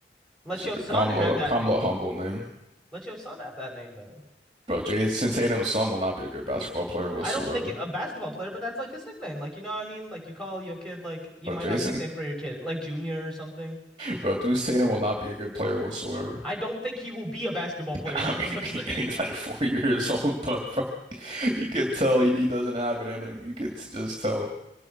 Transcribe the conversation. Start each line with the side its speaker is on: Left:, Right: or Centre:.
Centre: let
Right: So
Centre: your son
Right: Kamla,
Centre: have that
Right: Kamla
Centre: name.
Right: Humble name.
Centre: Let your son have that name then.
Right: Bro, Jason Tatum's son will not be a good basketball player whatsoever.
Centre: I don't think a basketball player, but that's like his nickname. Like, you know what I mean? Like, you call your kid, like, you
Right: But
Centre: might
Right: Jason
Centre: have a nickname for your kid, like Junior or something.
Right: Bro, Duke Tatum will not be a good player whatsoever.
Centre: I don't think he will be a basketball
Right: <laughs>
Centre: player,
Right: I
Centre: is what I'm saying.
Right: mean, he's
Centre: <laughs>
Right: like four years old, but bro, you could tell he, he doesn't have it in him. You could just tell,